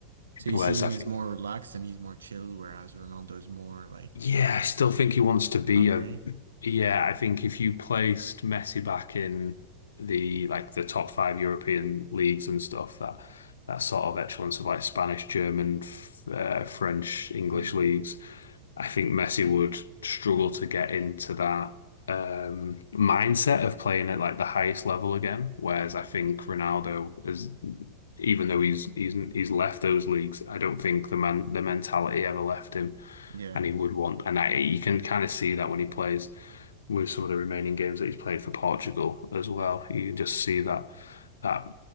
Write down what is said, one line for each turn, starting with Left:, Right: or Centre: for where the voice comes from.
Right: So you
Left: Whereas
Right: see him,
Left: I think
Right: he's more relaxed and he's more chill, whereas Ronaldo is more like
Left: Yeah,
Right: uh
Left: I still think he wants to be
Right: hungry.
Left: a. Yeah, I think if you placed Messi back in the like the top five European leagues and stuff, that that sort of excellence of like Spanish, German, f uh, French, English
Right: Mm,
Left: leagues, I think Messi would struggle to get into that um, mindset of playing at like the highest level again. Whereas I think Ronaldo is, even though he's he's he's left those leagues, I don't think the man the mentality ever left him
Right: yeah,
Left: and he would want, and that you can kind of see that when he plays with some of the remaining games that he's played for Portugal as well.
Right: yeah.
Left: You can just see that that